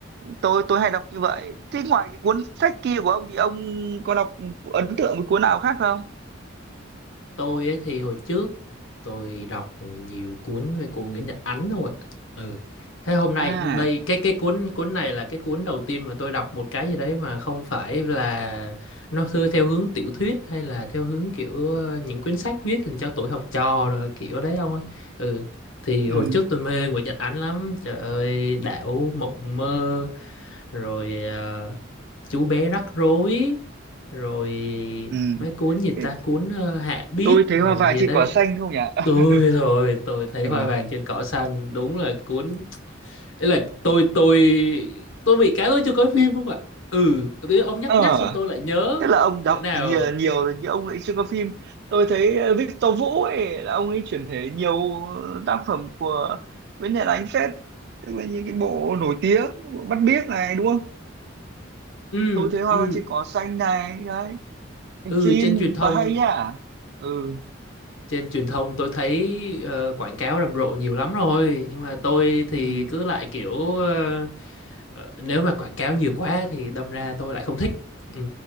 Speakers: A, on the right; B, on the left.
A: tôi tôi hay đọc như vậy thế ngoài cái cuốn sách kia của ông thì ông có đọc ấn tượng với cuốn nào khác không
B: tôi ấy thì hồi trước tôi đọc nhiều cuốn về của Nguyễn Nhật Ánh thôi ạ. ừ thế hôm nay
A: à
B: đây cái cái cuốn cuốn này là cái cuốn đầu tiên mà tôi đọc một cái gì đấy mà không phải là nó thư theo hướng tiểu thuyết hay là theo hướng kiểu ờ, những quyển sách viết dành cho tuổi học trò rồi kiểu đấy không ấy ừ thì
A: ừ
B: hồi trước tôi mê Nguyễn Nhật Ánh lắm trời ơi đảo mộng mơ rồi ờ, chú bé rắc rối rồi
A: ừ
B: mấy cuốn gì
A: thế
B: ta cuốn ờ, Hạ Biết
A: tôi thấy
B: rồi
A: hoa vàng
B: gì
A: trên
B: đấy
A: cỏ xanh không nhỉ <laughs>
B: tôi rồi tôi thấy
A: ừ
B: hoa vàng trên cỏ xanh đúng là cuốn ấy là tôi tôi tôi bị cái tôi chưa coi phim không ạ ừ tự nhiên ông nhắc
A: ờ
B: nhắc xong tôi lại nhớ
A: thế là ông
B: bữa
A: đọc
B: nào
A: nhiều, nhiều rồi nhưng ông ấy chưa có phim tôi thấy ờ, Victor Vũ ấy là ông ấy chuyển thể nhiều tác phẩm của Nguyễn Nhật Ánh phết tức là những cái bộ nổi tiếng bộ Mắt Biếc này đúng không
B: ừ
A: tôi thấy hoa
B: ừ
A: vàng trên cỏ xanh này đấy thành
B: ừ
A: phim
B: trên truyền thông
A: và hay nhá ừ
B: trên truyền thông tôi thấy ờ, quảng cáo rầm rộ nhiều lắm rồi nhưng mà tôi thì
A: ừ
B: cứ lại kiểu ờ, ờ, nếu mà quảng cáo nhiều quá thì đâm ra tôi lại không thích ừ.